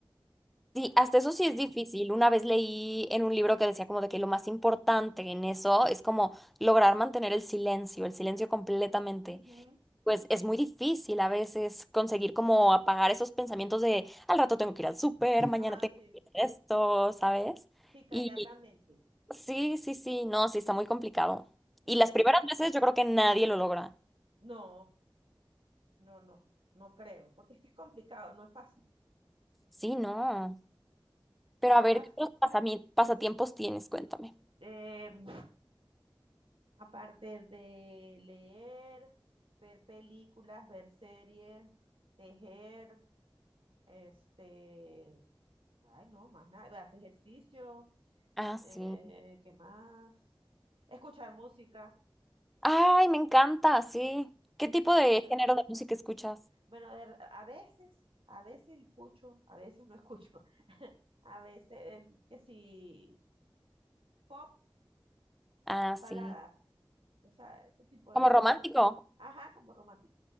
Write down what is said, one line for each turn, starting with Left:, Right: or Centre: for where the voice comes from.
Centre: Sí, hasta eso sí es difícil. Una vez leí en un libro que decía como de que lo más importante en eso es como lograr mantener el silencio, el silencio completamente.
Right: Ujú.
Centre: Pues es muy difícil a veces conseguir como apagar esos pensamientos de al rato tengo que ir al súper, mañana
Right: Ajá,
Centre: tengo
Right: sí,
Centre: que ir a esto, ¿sabes?
Right: sí, callar
Centre: Y
Right: la mente.
Centre: sí, sí, sí, no, sí está muy complicado. Y
Right: Entonces,
Centre: las primeras
Right: pues,
Centre: veces yo creo que nadie lo logra.
Right: no, no, no, no creo, porque es que es complicado, no es fácil.
Centre: Sí, no. Pero
Right: Más
Centre: a ver,
Right: fácil.
Centre: ¿qué otros pasami- pasatiempos tienes? Cuéntame.
Right: em, Aparte de leer, ver películas, ver series, tejer, este, ay no, más nada, hacer ejercicio,
Centre: Ah, sí.
Right: eh, ¿qué más? Escuchar música,
Centre: Ay, me encanta, sí. ¿Qué tipo
Right: escuchar.
Centre: de género de música escuchas?
Right: Bueno, de- a veces, a veces escucho, a veces no escucho. <laughs> A veces, eh, que si pop,
Centre: Ah,
Right: balada,
Centre: sí.
Right: o sea, ese tipo
Centre: ¿Como
Right: de música
Centre: romántico?
Right: así. Ajá, como romántico.